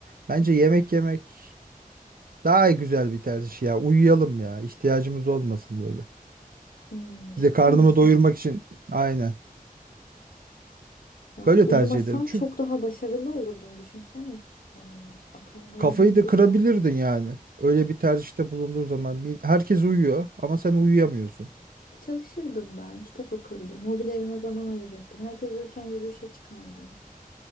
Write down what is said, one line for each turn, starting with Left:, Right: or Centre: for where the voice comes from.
Right: Bence yemek yemek daha güzel bir tercih ya. Uyuyalım ya. ihtiyacımız olmasın böyle.
Left: Hmm, ciddi
Right: Bir de karnımı
Left: misin?
Right: doyurmak için aynen.
Left: Yani
Right: Böyle
Left: uyumasam
Right: tercih ederim. Çünkü
Left: çok daha başarılı olurdum düşünsene. Yani akranlarından
Right: kafayı
Left: çok
Right: da kırabilirdin
Left: ileride olursun.
Right: yani. Öyle bir tercihte bulunduğun zaman bir- herkes uyuyor ama sen uyuyamıyorsun.
Left: Çalışırdım ben, kitap okurdum, hobilerime zaman ayırırdım. Herkes uyurken yürüyüşe çıkardım.